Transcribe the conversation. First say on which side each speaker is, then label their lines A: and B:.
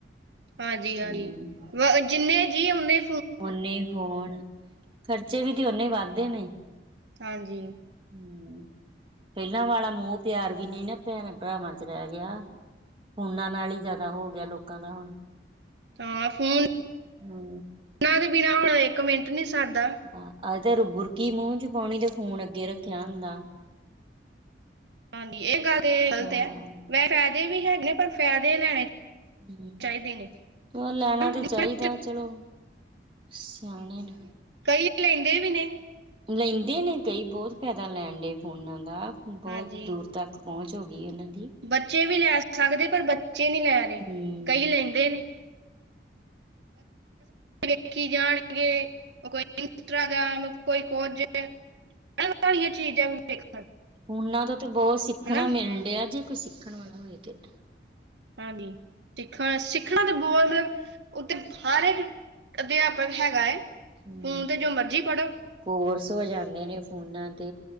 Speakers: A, on the right; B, on the right.
A: ਆਜੀ ਹਾਜੀ
B: ਹਮ
A: ਵ ਜਿੰਨੇ ਜੀ ੳਨੇ
B: ਓਨੇ ਫੋਣ, ਖਰਚੇ ਵੀ ਤੇ ਓਨੇ ਵੱਧਦੇ ਨੇ।
A: ਹਾਂਜੀ।
B: ਹੁੰ ਪੈਲਾਂ ਵਾਲਾ ਮੋਅ ਪਿਆਰ ਵੀ ਨੀ ਨਾ ਭੈਣਾਂ ਭਰਾਵਾਂ ਚ ਰੈ ਗਿਆ ਫੋਨਾਂ ਨਾਲ ਈ ਜਿਆਦਾ ਹੋ ਗਿਆ ਲੋਕਾਂ ਦਾ ਹੁਣ।
A: ਤਾਂ ਫੋਨ
B: ਹਮ <inaudible>
A: ਨਾ ਦੇ ਬਿਨਾਂ ਹੁਣ ਇੱਕ ਮਿੰਟ ਨੀ ਸਰਦਾ।
B: ਆ ਅਗਰ ਬੁਰਕੀ ਮੂੰਹ ਚ ਪਾਣੀ ਤੇ ਫੋਨ ਅੱਗੇ ਰੱਖਿਆ ਹੁੰਦਾ।
A: ਕਾਂਗੀ ਏ ਗੱਲ ਤੇ ਗਲਤ
B: ਹਾਂ
A: ਐ ਵੈ ਫੈਦੇ ਵੀ ਹੈਗੇ ਪਰ ਫੈਦੇ ਲੈਣੇ
B: ਹੁੰ,
A: ਚਾਹੀਦੇ
B: ਓ ਲੈਣਾ
A: ਨੇ
B: ਤੇ ਚਾਈਦਾ ਚਲੋ। ਸਿਆਣੇ ਨ
A: ਕਈ ਲੇੰਦੇ ਵੀ ਨੇ।
B: ਲੈਂਦੇ ਨੇ ਕਈ ਬੌਤ ਫੈਦਾ ਲੈਣ ਡਏ ਫੋਨਾਂ ਦਾ ਬੌਤ
A: ਹਾਂਜੀ
B: ਦੂਰ ਤੱਕ ਪੌਂਚ ਹੋ ਗੀ ਉਨਾਂ ਦੀ।
A: ਬੱਚੇ ਵੀ ਲੈ ਸਕਦੇ ਪਰ ਬੱਚੇ ਨੀ ਲੈ ਰੇ
B: ਹੂੰ
A: ਕਈ ਲੇੰਦੇ ਨੇ। ਵੇਖੀ ਜਾਣਗੇ ਓ ਕੋਈ ਇੰਸਟਰਾਗ੍ਰਾਮ, ਕੋਈ ਕੋਝ। ਕੰਮ ਵਾਲੀਆਂ ਚੀਜਾਂ ਵੀ ਵੇਖਣ।
B: ਫੋਨਾਂ ਤੋ ਤਾ ਬੌਤ ਸਿੱਖਣਾ
A: ਹਨਾ
B: ਮਿਲ ਡਿਆ ਜੇ ਕੋਈ ਸਿੱਖਣ ਵਾਲਾ ਹੋਏ ਤੇ।
A: ਹਾਂਗੀ ਸਿੱਖਾ ਸਿੱਖਣਾ ਤਾ ਬੋਲਦੇ ਓਤੇ ਹਲ ਏਕ ਅਧਿਆਪਕ ਹੈਗਾ ਏ ਫ਼ੋਨ
B: ਹੂੰ
A: ਤੇ ਜੋ ਮਰਜੀ ਪੜ੍ਹੋ।
B: ਕੋਰਸ ਹੋ ਜਾਂਦੇ ਨੇ ਫੋਨਾਂ ਦੇ